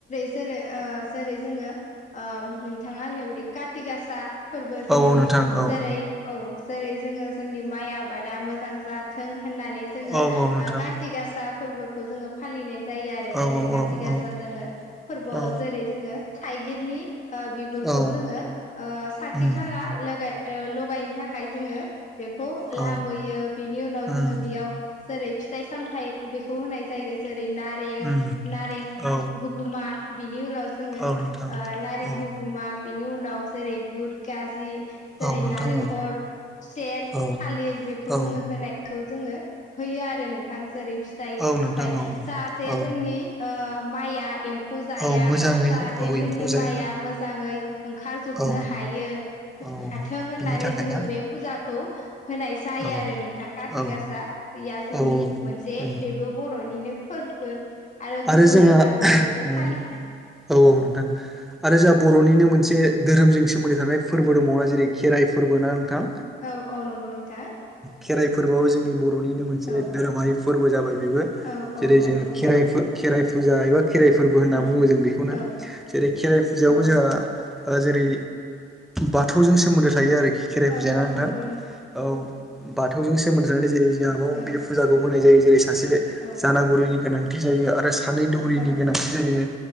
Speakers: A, on the left (about 40°); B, in the centre.
A: जेरै ओ जेरै जोङो ओ नोंथाङा होननाय बायदि काति गासा फोरबो
B: हागोन
A: जोंनि
B: उम औ औ नोंथां औ
A: जेरै औ जेरै जोङो जोंनि माइ आबादा मोजां जाथों होननानै जोङो
B: औ
A: ओ
B: औ नोंथां
A: काथि गासा फोरबोखौ जोङो फालिनाय जायो आरो
B: औ
A: जेरै का
B: औ
A: थि गासा
B: औ
A: जोङो फोरबोआव
B: औ
A: जेरै जोङो थाइगिरनि ओ बिगुरखौ
B: औ
A: जोङो ओ साथि
B: उम
A: खाला लगाय ओ लगायनो थाखाय जोङो बेखौ
B: औ
A: लाबोयो बेनि उनाव
B: उम
A: जोङो बेयाव जेरै फिथाइ सामथाय बेखौ होनाय जायो जेरै नारें
B: उम
A: नारें
B: औ
A: हुगुमा आ बिनि उनाव जोङो
B: औ
A: ओ
B: नोंथां
A: नारें
B: औ
A: हुगुमा बिनि उनाव जेरै बुट गाजि जेरै
B: औ नोंथां
A: नालेंखर
B: औ
A: खुसेर
B: औ
A: थालिर बेखौ
B: औ
A: जोङो होनायखौ जोङो होयो आरो नोंथां जेरै फिथाइ
B: औ
A: सामथाइ
B: नोंथां औ
A: जाहाथे
B: औ
A: जोंनि माइआ एम्फौ जाया
B: औ मोजाङै
A: जाहाथे
B: औ
A: जोंनि
B: एम्फौ जाया
A: माइआ मोजाङै ओंखारजोबनो
B: औ
A: हायो
B: औ
A: हाथों होननानै
B: बिनि थाखाय
A: जोङो
B: ना
A: बे फुजाखौ होनाय जायो
B: औ
A: दै आरो नोंथां कारथि
B: औ
A: गासा दैया जोंनि
B: औ
A: मोनसे
B: उम
A: बेबो बर'निनो फोरबो
B: आरो
A: गुबुनफोराबो
B: जोंहा औ
A: बेखौ फालि
B: औ नोंथां आरो जोंहा बर'निनो मोनसे धोरोमजों सोमोन्दै थानाय फोरबो
A: औ
B: दंबावा जेरै खेराइ फोरबो ना नोंथां
A: औ औ नंगौ नोंथां
B: खेराय फोरबोआव जोंनि बर'निनो मोनसे
A: औ
B: धोरोमारि फोरबो जाबाय बेबो
A: औ औ
B: जेरै
A: नंगौ
B: जोङो
A: नोंथां
B: खेराइ खेराइ फुजा एबा खेराइ फोरबो होन्ना
A: औ
B: बुङो जों बेखौनो
A: औ
B: जेरै खेराइ फुजायावबो
A: औ
B: जोंहा ओ जेरै बाथौजों सोमोन्दो थायो आरोखि खेराइ
A: औ
B: फुजाया नोंथां
A: औ नंगौ
B: औ बाथौजों सोमोन्दोानै जेरै जोंहाबाव
A: औ
B: बे फुजाखौ होनाय जायो जेरै सासे
A: औ
B: जानागुरिनि गोनांथि जायो आरो सानै दौरिनि
A: औ
B: गोनांथि जायो